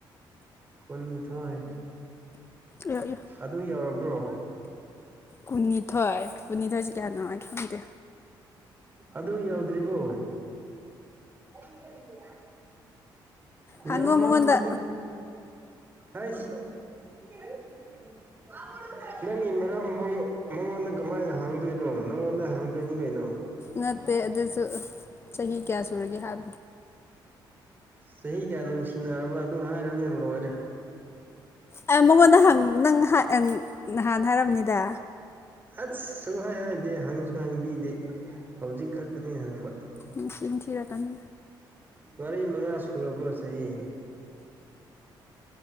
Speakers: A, on the right; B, on the left.
A: ꯀꯨꯟꯅꯤꯊꯣꯏ
B: ꯏꯌꯣ ꯏꯌꯣ
A: ꯑꯗꯨ ꯌꯧꯔꯕ꯭ꯔꯣ
B: ꯀꯨꯟꯅꯤꯊꯣꯏ ꯀꯨꯟꯅꯤꯊꯣꯏꯁꯤ ꯀꯌꯥ ꯅꯣ ꯑꯩꯈꯪꯗꯦ
A: ꯑꯗꯨ ꯌꯧꯗ꯭ꯔꯤꯕꯣ ꯑꯗꯨ <unintelligible>
B: ꯍꯪꯉꯣ
A: ꯌꯧꯔꯦ
B: ꯃꯉꯣꯟꯗ
A: ꯃꯣꯏꯗ ꯍꯥꯏꯁ <unintelligible> ꯅꯪꯒꯤ ꯃꯔꯝ ꯃꯉꯣꯟ ꯃꯉꯣꯟꯗ ꯀꯃꯥꯏꯅ ꯍꯡꯗꯣꯏꯅꯣ ꯅꯪꯉꯣꯟꯗ ꯍꯡꯗꯣꯏꯅꯤ ꯀꯩꯅꯣ
B: ꯅꯠꯇꯦ ꯑꯗꯨꯁꯨ ꯆꯍꯤ ꯀꯌꯥ ꯁꯨꯔꯒꯦ ꯍꯥꯏꯕ
A: ꯆꯍꯤ ꯀꯌꯥ ꯅꯨꯡꯁꯤꯅꯔꯕ ꯑꯗꯨ ꯍꯥꯏꯔꯣꯅꯦ ꯂꯣꯏꯔꯦ
B: ꯑꯦ ꯃꯉꯣꯟꯗ ꯍꯡ ꯅꯪ ꯍꯥꯏ ꯅꯍꯥꯟ ꯍꯥꯏꯔꯝꯅꯤꯗ
A: ꯑꯁ ꯁꯨꯡ ꯍꯥꯏ ꯍꯥꯏꯗꯦ ꯍꯪꯁꯨ ꯍꯪꯕꯤꯗꯦ ꯍꯧꯖꯤꯛ ꯈꯛꯇꯅꯦ ꯍꯪꯕ
B: ꯅꯆꯤꯟ ꯊꯤꯔꯛꯀꯅꯨ
A: ꯃꯔꯤ ꯃꯉꯥ ꯁꯨꯔꯕ꯭ꯔꯣ ꯆꯍꯤ